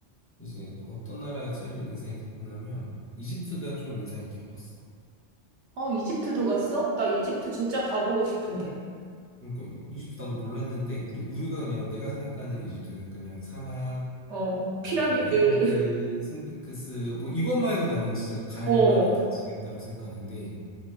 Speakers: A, on the left; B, on the right.
A: 이제 어떤 나라가 제일 인상이 깊었냐면 이집트가 좀 인상이 깊었어.
B: 어, 이집트도 갔어? 나 이집트 진짜 가보고 싶은데.
A: 그러니까 이- 이집트 나도 몰랐는데 우리 우리가 그냥 내가 생각하는 이집트는 그냥 사막
B: 어, 피라미드.
A: 이뭐 피라미드, 스핑크스 뭐 이것만 해도 나는 진짜 갈
B: 어,
A: 만한 가치겠다고 생각하는데